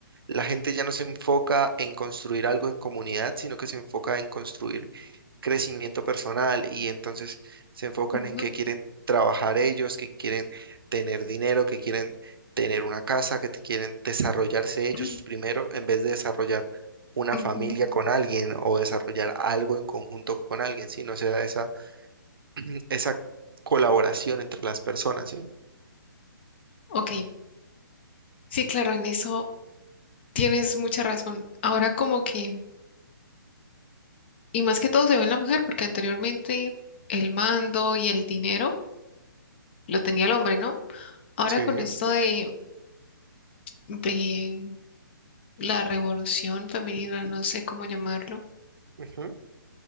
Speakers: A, on the right (about 85°); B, on the left (about 30°).
A: la gente ya no se enfoca en construir algo en comunidad, sino que se enfoca en construir crecimiento personal y entonces se enfocan
B: ujú,
A: en que quieren trabajar ellos, que quieren tener dinero, que quieren tener una casa, que te- quieren desarrollarse ellos
B: ujú,
A: primero en vez de desarrollar una
B: ujú.
A: familia con alguien o desarrollar algo en conjunto con alguien, ¿sí? No se da esa, <clears throat> esa colaboración entre las personas, ¿sí?
B: Ok, sí, claro, en eso tienes mucha razón. Ahora como que, y más que todo se ve en la mujer, porque anteriormente el mando y el dinero lo tenía el hombre, ¿no? Ahora
A: Sí.
B: con esto de, de la revolución femenina, no sé cómo llamarlo
A: ujú.